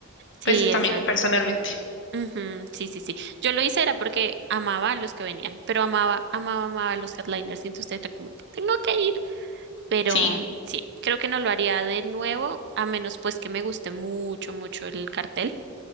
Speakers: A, on the right; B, on the left.
A: Sí,
B: Pues también,
A: exacto.
B: personalmente.
A: Ujú, Sí, sí, sí. Yo lo hice era porque amaba a los que venían, pero amaba, amaba, amaba a los headliners y entonces era como, tengo que ir. Pero
B: Sí.
A: sí, creo que no lo haría de nuevo, a menos pues que me guste mucho, mucho el cartel.